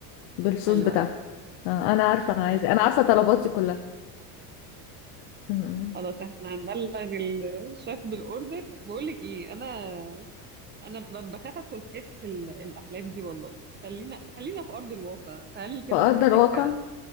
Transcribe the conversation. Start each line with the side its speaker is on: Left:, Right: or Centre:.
Left: بالصوص
Right: حلو
Left: بتاعها
Right: قوي
Left: آه، انا عارفه
Right: احلى
Left: انا عايزه
Right: حاجه
Left: انا عارفه طلباتي كلها مم.
Right: خلاص احنا هنبلغ الشيف بالاوردر بقول لك ايه انا انا ب- بخاف ادخل في حته ال- الاحلام دي والله خلينا خلينا في ارض الواقع تعالي كده
Left: فاقدر
Right: شوفي لك
Left: واقع